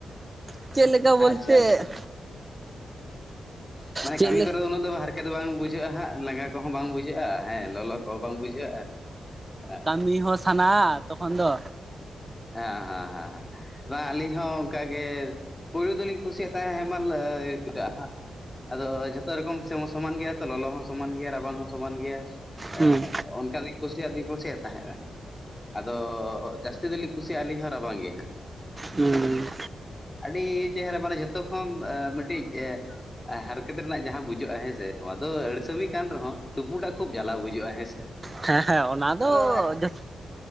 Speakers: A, on the right; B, on the left.
A: <unintelligible> ᱪᱮᱫ ᱞᱮᱠᱟ ᱵᱚᱞᱛᱮ
B: ᱟᱪᱪᱷᱟ ᱟᱪᱪᱷᱟ ᱢᱟᱱᱮ
A: ᱪᱮᱫ
B: ᱠᱟᱹᱢᱤ
A: ᱞᱮᱠᱟ
B: ᱠᱚᱨᱮ ᱫᱚ ᱩᱱᱟᱹᱜ ᱫᱚ ᱦᱟᱨᱠᱮᱛ ᱫᱚ ᱵᱟᱝ ᱵᱩᱡ ᱵᱩᱡᱷᱟᱹᱜᱼᱟ ᱦᱟᱸᱜ, ᱞᱟᱸᱜᱟ ᱠᱚᱦᱚᱸ ᱵᱟᱝ ᱵᱩᱡᱷᱟᱹᱜᱼᱟ, ᱦᱮᱸ ᱞᱚᱞᱚ ᱠᱚᱦᱚᱸ ᱵᱟᱝ ᱵᱩᱡᱷᱟᱹᱜᱼᱟ, ᱟ
A: ᱩᱱᱤ ᱦᱚᱸ ᱥᱟᱱᱟ ᱛᱚᱠᱷᱚᱱ ᱫᱚ,
B: ᱦᱮᱸᱭ, ᱦᱮᱸ ᱦᱮᱸ ᱦᱮᱸ, ᱵᱟᱝ ᱟ ᱟᱹᱞᱤᱧ ᱦᱚᱸ ᱚᱸᱠᱟᱜᱮ, ᱯᱩᱭᱞᱩ ᱫᱚᱞᱤᱧ ᱠᱩᱥᱤᱭᱟᱜ ᱛᱟᱦᱮᱸᱫ ᱦᱮᱢᱟᱞ ᱮᱻᱮ ᱛᱟᱜ ᱦᱟᱸᱜ᱾ ᱟᱫᱚ ᱡᱷᱚᱛᱚ ᱨᱚᱠᱚᱢ ᱥᱮᱢ ᱦᱚᱸ ᱥᱚᱢᱟᱱ ᱜᱮᱭᱟ ᱛᱚ, ᱞᱚᱞᱚ ᱦᱚᱸ ᱥᱚᱢᱟᱱ ᱜᱮᱭᱟ ᱨᱟᱵᱟᱝ ᱦᱚᱸ ᱥᱚᱢᱟᱱ ᱜᱮᱭᱟ᱾ ᱮᱸᱜ
A: ᱦᱩᱸ
B: ᱚᱱᱠᱟ ᱫᱩᱧ ᱠᱩᱥᱤᱭᱟᱜ ᱫᱤᱧ ᱠᱩᱥᱤᱭᱟᱜ ᱛᱟᱦᱮᱸᱫᱼᱟ, ᱟᱫᱚ ᱡᱟᱹᱥᱛᱤ ᱫᱚᱞᱤᱧ ᱠᱩᱥᱤᱭᱟᱜᱼᱟ ᱟᱹᱞᱤᱧ ᱦᱚᱸ ᱨᱟᱵᱟᱝ ᱜᱮ ᱦᱟᱸᱜ᱾
A: ᱦᱩᱸᱻ
B: ᱟᱹᱰᱤ ᱪᱮᱦᱨᱟ ᱢᱟᱱᱮ ᱡᱷᱚᱛᱚ ᱠᱷᱚᱱ ᱮᱸ ᱢᱤᱫᱴᱤᱡ ᱮ ᱟ ᱦᱟᱨᱠᱮᱛ ᱨᱮᱱᱟᱜ ᱡᱟᱦᱟᱸ ᱵᱩᱡᱽ ᱚᱜᱼᱟ, ᱦᱮᱸ ᱥᱮ ᱱᱚᱣᱟ ᱫᱚ ᱟᱹᱲᱥᱟᱹᱢᱤ ᱠᱟᱱ ᱨᱮᱦᱚᱸ, ᱛᱩᱯᱩ ᱴᱟᱜ ᱠᱷᱩᱵ ᱡᱟᱞᱟ ᱵᱩᱡᱽ ᱚᱜᱼᱟ ᱦᱮᱸ ᱥᱮ,
A: ᱦᱮᱸ ᱦᱮᱸ ᱚᱱᱟ ᱫᱚ
B: ᱟᱫᱚ
A: ᱡᱚᱛ